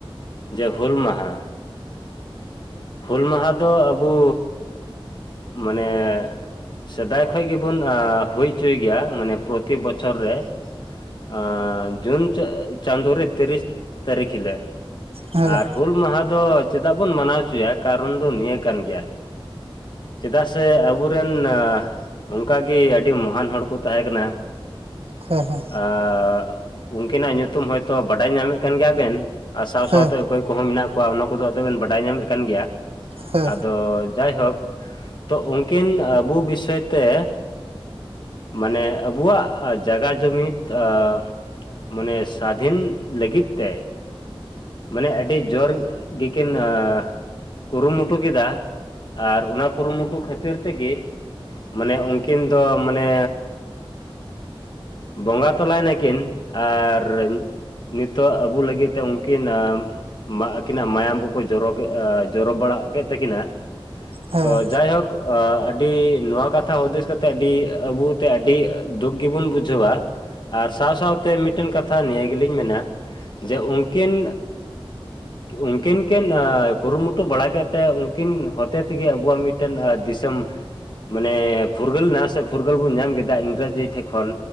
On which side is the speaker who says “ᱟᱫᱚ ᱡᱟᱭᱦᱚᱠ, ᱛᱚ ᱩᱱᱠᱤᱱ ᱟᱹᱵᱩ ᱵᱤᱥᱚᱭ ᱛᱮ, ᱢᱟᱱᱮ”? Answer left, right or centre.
Left